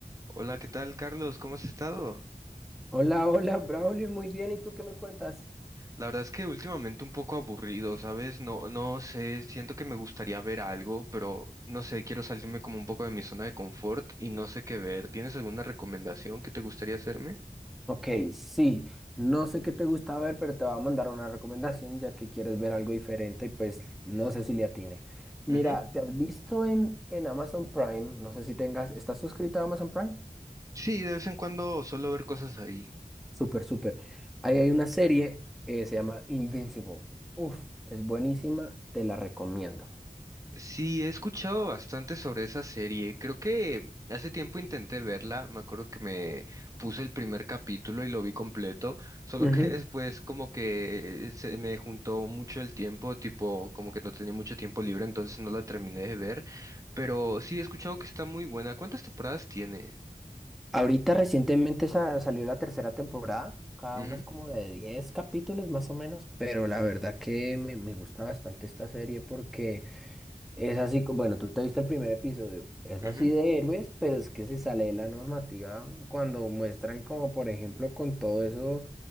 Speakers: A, on the right; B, in the centre.
A: Hola, ¿qué tal, Carlos? ¿Cómo has estado?
B: Hola, hola, Braulio, muy bien. ¿Y tú qué me cuentas?
A: La verdad es que últimamente un poco aburrido, ¿sabes? No, no sé, siento que me gustaría ver algo, pero no sé, quiero salirme como un poco de mi zona de confort y no sé qué ver. ¿Tienes alguna recomendación que te gustaría hacerme?
B: Ok, sí, no sé qué te gusta ver, pero te voy a mandar una recomendación ya que quieres ver algo diferente y pues no sé si le atine. Mira,
A: Ujú.
B: ¿te has visto en, en Amazon Prime? No sé si tengas, ¿estás suscrito a Amazon Prime?
A: Sí, de vez en cuando solo ver cosas ahí.
B: Súper, súper. Ahí hay una serie, eh, se llama Invincible. Uf, es buenísima, te la recomiendo.
A: Sí, he escuchado bastante sobre esa serie. Creo que hace tiempo intenté verla. Me acuerdo que me puse el primer capítulo y lo vi completo. Solo
B: Ujú.
A: que <laughs> después como que se me juntó mucho el tiempo, tipo como que no tenía mucho tiempo libre, entonces no la terminé de ver. Pero sí, he escuchado que está muy buena. ¿Cuántas temporadas tiene?
B: Ahorita recientemente sa- salió la tercera temporada, cada
A: Ujú,
B: una es como de 10 capítulos más o menos, pero la verdad que me, me gusta bastante esta serie porque es así, co- bueno, tú te viste el primer episodio, es
A: ujú.
B: así de héroes, pero es que se sale de la normativa cuando muestran como por ejemplo con todo eso